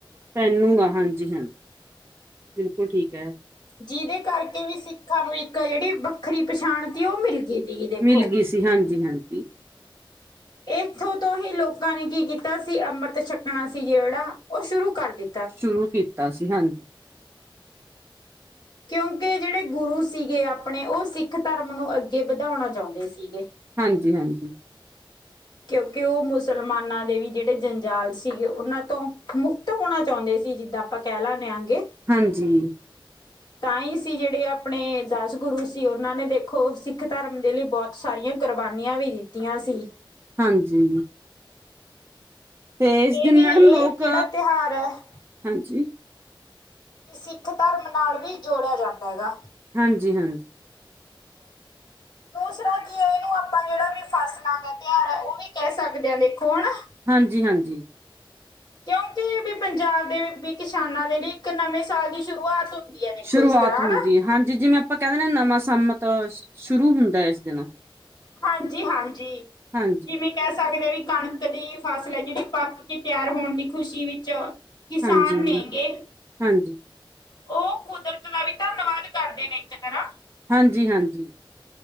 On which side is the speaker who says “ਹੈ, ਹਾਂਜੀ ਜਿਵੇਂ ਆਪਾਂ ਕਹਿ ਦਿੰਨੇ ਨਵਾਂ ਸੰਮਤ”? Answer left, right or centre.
Right